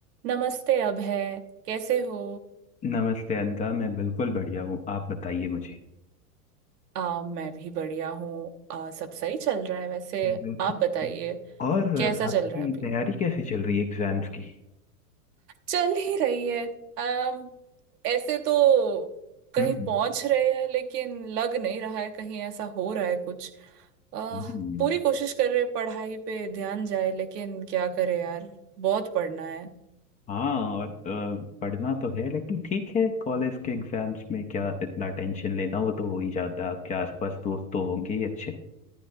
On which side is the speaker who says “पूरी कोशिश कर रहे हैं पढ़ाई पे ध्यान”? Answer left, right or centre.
Right